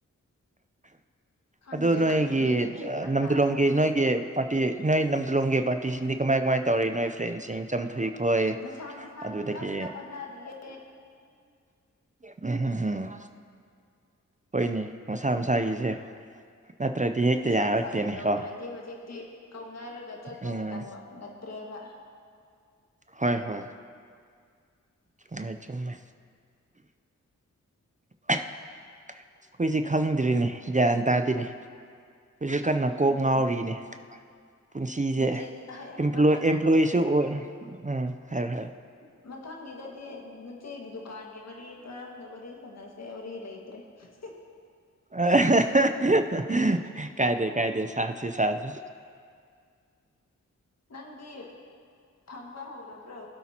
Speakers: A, on the left; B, on the right.
A: ꯈꯪꯗꯦ
B: ꯑꯗꯨ
A: ꯑꯩꯈꯣꯏꯒꯤ
B: ꯅꯣꯏꯒꯤ
A: ꯃꯤꯁꯤꯡꯁꯨ ꯒ꯭ꯌꯥꯟ
B: ꯅꯝꯗꯤꯂꯣꯡꯒꯤ
A: ꯇꯥꯗꯦ
B: ꯅꯣꯏꯒꯤ ꯄꯥꯔꯇꯤ ꯅꯣꯏ ꯅꯝꯗꯂꯣꯡꯒꯤ ꯄꯥꯔꯇꯤꯁꯤꯡꯗꯤ ꯀꯃꯥꯏ ꯀꯃꯥꯏꯅ ꯇꯧꯔꯤ ꯅꯣꯏ ꯐ꯭ꯔꯦꯟꯁꯤꯡ ꯆꯝꯊꯨꯏ ꯍꯣꯏ
A: ꯃꯁꯥ ꯃꯁꯥꯒꯤ
B: ꯑꯗꯨꯗꯒꯤ
A: ꯀꯟꯅ ꯍꯣꯠꯅꯔꯤꯌꯦ
B: ꯎꯝꯝ ꯎꯝ ꯎꯝ ꯍꯣꯏꯅꯦ ꯃꯁꯥ ꯃꯁꯥꯒꯤꯁꯦ ꯅꯠꯇ꯭ꯔꯗꯤ ꯍꯦꯛꯇ
A: ꯃꯁꯥ
B: ꯌꯥꯔꯛꯇꯦꯅꯦꯀꯣ
A: ꯃꯁꯥꯒꯤ ꯇꯧꯗ꯭ꯔꯗꯤ ꯍꯧꯖꯤꯛꯇꯤ ꯀꯧꯅꯔꯒ ꯆꯠꯄ
B: ꯎꯝ
A: ꯃꯇꯝ ꯅꯠꯇ꯭ꯔꯦꯕ
B: ꯍꯣꯏ ꯍꯣꯏ ꯆꯨꯝꯃꯦ ꯆꯨꯝꯃꯦ ꯑꯩꯈꯣꯏꯁꯦ ꯈꯪꯗ꯭ꯔꯤꯅꯦ ꯒ꯭ꯌꯥꯟ ꯇꯥꯗꯦꯅꯦ ꯑꯩꯁꯨ ꯀꯟꯅ ꯀꯣꯛ
A: ꯑꯗꯨꯅꯤ
B: ꯉꯥꯎꯔꯤꯅꯦ ꯄꯨꯟꯁꯤꯁꯦ
A: ꯅꯆꯦ
B: ꯑꯦꯝꯄ꯭ꯂꯣꯏ
A: ꯃꯊꯪꯒꯤꯗꯗꯤ
B: ꯑꯦꯝꯄ꯭ꯂꯣꯏꯁꯨ ꯑꯣꯏ ꯎꯝ ꯍꯥꯏꯔꯣ ꯍꯥꯏꯔꯣ
A: <inaudible> ꯃꯊꯪꯒꯤꯗꯗꯤ ꯅꯆꯦꯒꯤ ꯗꯨꯀꯥꯟꯒꯤ ꯃꯔꯤ ꯃꯔꯝꯗ ꯋꯥꯔꯤ ꯁꯥꯟꯅꯁꯦ ꯋꯥꯔꯤ ꯂꯩꯇ꯭ꯔꯦ ꯍꯝ
B: ꯑ ꯍ ꯍ ꯀꯥꯏꯗꯦ ꯀꯥꯏꯗꯦ ꯁꯥꯁꯤ ꯁꯥꯁꯤ
A: ꯅꯪꯗꯤ ꯐꯪꯕ ꯍꯧꯔꯕ꯭ꯔꯣ